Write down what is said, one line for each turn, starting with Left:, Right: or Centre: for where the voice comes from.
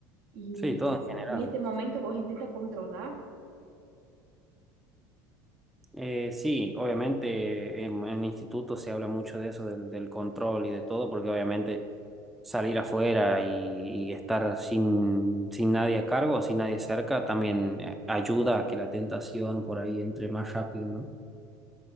Right: y
Centre: sí, todo en general.
Right: en este momento vos intentas controlar
Centre: Eh, sí, obviamente en, en instituto se habla mucho de eso, del, del control y de todo, porque obviamente salir afuera y, y estar sin, sin nadie a cargo, sin nadie cerca, también eh, ayuda a que la tentación por ahí entre más rápido, ¿no?